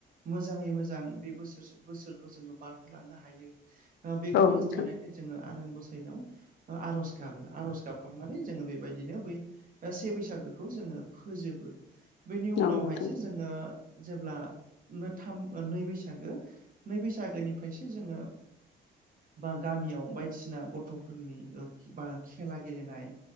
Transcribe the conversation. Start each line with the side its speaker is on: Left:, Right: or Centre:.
Right: मोजांङै मोजां बे बोसोर बोसोरखौ जोंङो बारहोलांनो हायो ओ बेखौ
Left: औ नोंथां
Right: हास्थायनानै जोंङो आनान गसाइनाव आर'ज गाबो आर'ज गाबखाबनानै जोंङो बेबायदिनो बै से बैसागोखौ जोंङो फोजोबो बैनि उनावहायसो
Left: औ नोंथां
Right: जोंङो जेब्ला थाम नै बैसागो नै बैसागोनिफ्रायसो जोंङो बा गामियाव बायदिसिना गथ'फोरनि ओ बा खेला गेलेनाय